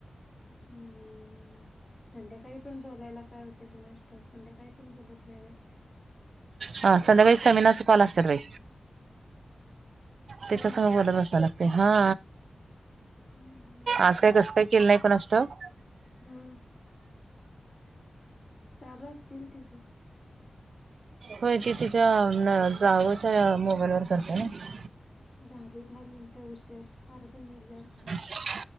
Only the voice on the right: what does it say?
हा संध्याकाळी सेमिनारचं कॉल असत्यात बाई. त्याच्यासंग
बोलत बसाय लागतय, हा
आज काय कसं काय? केलं नाही कुणास ठाऊक.
होय, ती तिच्या जावंच्या मोबाईल वर करतत्याना.
<inaudible>